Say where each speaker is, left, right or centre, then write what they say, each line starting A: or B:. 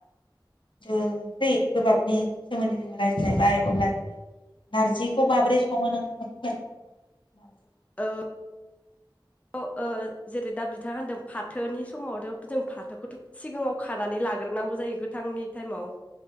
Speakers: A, on the left; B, on the left.
A: ओ <unintelligible> नि सोमोन्दै जोङो रायज्लायबाय अब्ला जोङो नारजिखौ माबोरै सङो नोंथाङा फैबायानो नारजि
B: ओ ओ जेरै दा बिथाङा होनदों फाथोनि समाव' जों फाथोखौथ' सिगाङाव खानानै लाग्रोनांगौ जायो गोथांनि टाइमाव ।